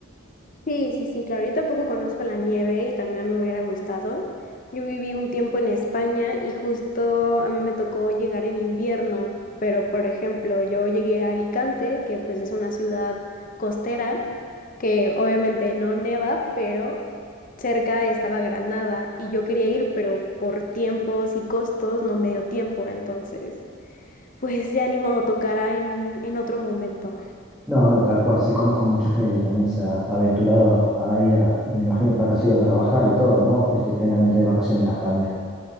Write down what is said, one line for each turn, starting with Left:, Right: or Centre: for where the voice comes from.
Left: Sí, sí, sí, claro. Yo tampoco conozco la nieve y también me hubiera gustado. Yo viví un tiempo en España y justo a mí me tocó llegar en invierno, pero por ejemplo, yo llegué a Alicante, que pues es una ciudad costera, que obviamente no neva, pero cerca estaba Granada y yo quería ir, pero por tiempos y costos no me dio tiempo, entonces. Pues de ánimo tocará en, en otro momento.
Centre: No, no, tal cual. Sí conozco mucha gente que también se ha aventurado a ir a, me imagino que habrás ido a trabajar y todo, ¿no? Fuiste plenamente de vacaciones a España.